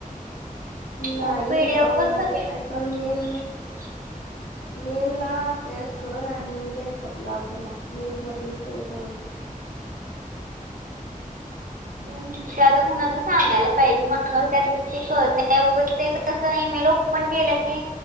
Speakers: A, on the left; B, on the right.
A: नाही
B: मग पीडीएफच
A: अ...
B: सगळ्याची
A: काय कर मेल
B: <inaudible>
A: मेलला टॅच कर आणि बॅकअप लाव त्याला मेलमध्ये सेव करून.
B: हम्म ठीके. ते आता कुणाच तरी सांगायला पाहिजे त्यातल काहीच कळतं नाय उगाच त्याच कस ई मेल ओपन केलं की,